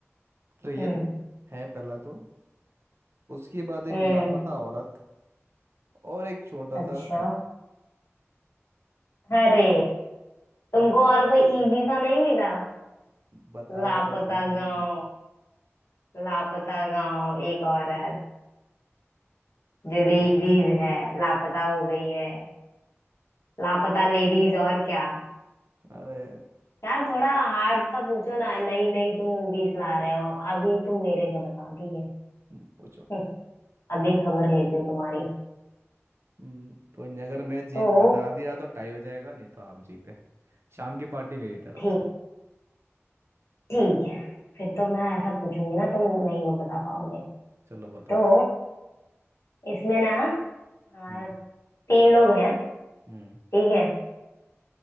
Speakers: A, on the right; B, on the left.
A: ट्रेन
B: हम्म
A: है पहला तो उसके बाद एक
B: हम्म
A: लापता औरत और एक छोटा
B: अच्छा
A: सा गांव
B: अरे तुमको और कोई इजी सा नहीं मिला
A: बताओ
B: लापता
A: तो सही
B: गांव लापता गांव एक औरत जो लेडीज
A: तो
B: है लापता हो गई है लापता लेडीज और क्या
A: अरे
B: यार थोड़ा हार्ड सा पूछो ना नई नई तुम मूवीज ला रहे हो अभी तुम मेरे क्या बताओ ठीक है
A: हम्म, पूछो
B: हम्म, अभी खबर लेती हूँ तुम्हारी
A: हम्म, तो नहीं, अगर मैं जीत
B: तो
A: बता दिया तो टाई हो जाएगा नहीं तो आप जीते शाम की पार्टी मेरी तरफ
B: ठीक
A: से
B: ठीक है फिर तो
A: ओके
B: मैं ऐसा पूछूंगी ना तुम नहीं वो बता पाओगे
A: चलो बताओ
B: तो <clears throat> इसमें ना तीन
A: हम्म
B: लोग हैं
A: हम्म
B: ठीक है